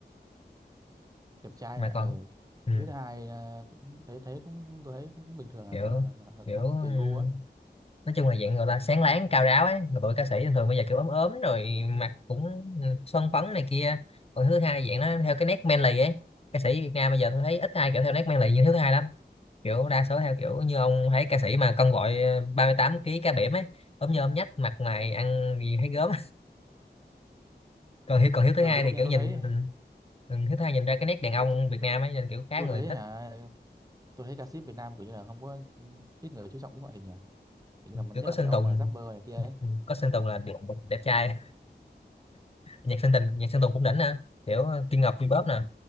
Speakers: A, on the right (about 20°); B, on the left (about 35°).
A: đẹp trai
B: mà
A: ở
B: còn
A: ừ.
B: ừ,
A: thứ hai ờ, cũng- thấy thấy cũng tôi thấy cũng bình thường là
B: kiểu
A: chắc là, là,
B: kiểu
A: là
B: ừm,
A: tùy gu á
B: nói chung là dạng người ta sáng láng cao ráo ấy mà tụi ca sĩ thường thường bây giờ kiểu ốm ốm rồi mặt cũng ừ, son phấn này kia còn thứ hai dạng nó theo cái nét manly ấy ca sĩ Việt Nam bây giờ tôi thấy ít ai kiểu theo nét manly như thứ hai lắm kiểu đa số theo kiểu như ông thấy ca sĩ mà cân gọi 38 ký cá biển ấy ốm như ốm nhách mặt mày ăn gì thấy gớm còn hiếu còn hiếu thứ
A: ừ
B: hai
A: và công
B: thì
A: nhận
B: kiểu
A: tôi
B: nhìn
A: thấy
B: mình ừ, hiếu thứ hai nhìn ra cái nét đàn
A: tôi,
B: ông
A: tôi,
B: Việt Nam ấy nên kiểu khá
A: tôi
B: người
A: thấy
B: thích
A: hả tôi thấy ca sĩ Việt Nam kiểu như là không có ít người chú trọng đến ngoại hình nhỉ kiểu như là
B: kiểu
A: nhất
B: có
A: là
B: Sơn
A: mấy ông
B: Tùng
A: mà rapper này kia ấy
B: ừ, có Sơn Tùng là được đẹp trai <laughs> nhạc Sơn Tùng nhạc Sơn Tùng cũng đỉnh nè kiểu Kim Ngọc V-pop nè